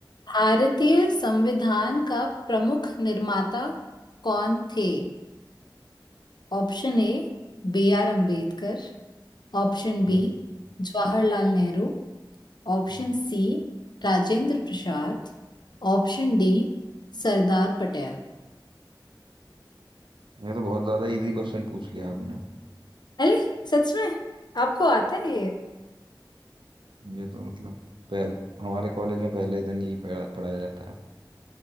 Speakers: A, on the left (about 60°); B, on the right (about 80°).
A: भारतीय संविधान का प्रमुख निर्माता कौन थे Option A B R Ambedkar option
B: हम्म,
A: B Jawaharlal Nehru option
B: हम्म।
A: C Rajendra Prasad option D Sardar Patel
B: ये तो बहुत ज्यादा इजी क्वेश्चन पूछ लिया आपने
A: अरे सच में आपको आता है ये
B: ये तो मतलब पहले हमारे कॉलेज में पहले दिन यही पढ़ा, पढ़ाया जाता है